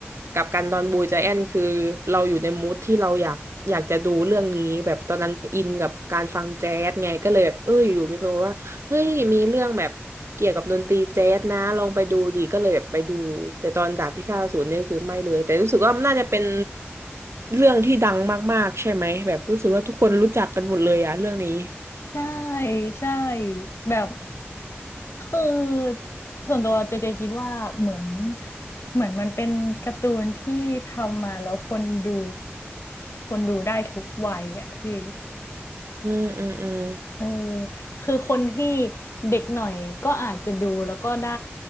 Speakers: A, on the right; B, on the left.
A: กลับกันตอนบูจาแอนคือเราอยู่ในมูดที่เราอยากอยากจะดูเรื่องนี้แบบตอนนั้นอินกับการฟังแจ๊สไงก็เลยแบบเอออยู่ๆมีคนบอกว่าเฮ้ยมีเรื่องแบบเกี่ยวกับดนตรีแจ๊สนะลองไปดูดีก็เลยแบบไปดูแต่ตอนดาบพิฆาตอสูรเนี่ยคือไม่เลยแต่รู้สึกว่ามันน่าจะเป็นเรื่องที่ดังมากๆใช่ไหมแบบรู้สึกว่าทุกคนรู้จักกันหมดเลยอะเรื่องนี้
B: ใช่ใช่แบบคือส่วนตัวเจเจคิดว่าเหมือนเหมือนมันเป็นการ์ตูนที่ทำมาแล้วคนดูคนดูได้ทุกวัยอ่ะพี่
A: อืมอืมอืม
B: เออคือคนที่เด็กหน่อยก็อาจจะดูแล้วก็ได้